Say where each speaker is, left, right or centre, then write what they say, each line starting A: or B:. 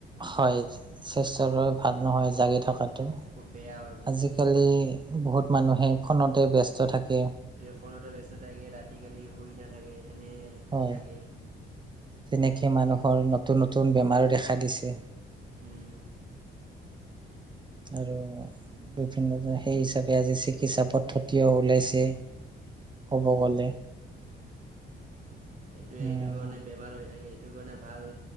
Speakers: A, on the right (about 25°); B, on the right (about 40°).
A: হয় স্বাস্থ্যৰ ভাল নহয়
B: অঁ
A: জাগি থকাটো।
B: খুব বেয়া হয় বস্তুটো
A: আজিকালি বহুত মানুহে ফোনতে ব্যস্ত থাকে।
B: ফোনেতো ব্যস্ত থাকে ৰাতি কালি শুই নাথাকে এনেই।
A: হয়
B: থাকে
A: তেনেকে মানুহৰ নতুন নতুন বেমাৰো দেখা দিছে।
B: উম।
A: আৰু বিভিন্ন সেই হিচাপে আজি চিকিৎসা পদ্ধতিও ওলাইছে। ক'ব গ'লে।
B: <unintelligible> এইটোৱে
A: উম,
B: এইটো কাৰণে বেমাৰ হৈ থাকে এইটো কাৰণে ভাল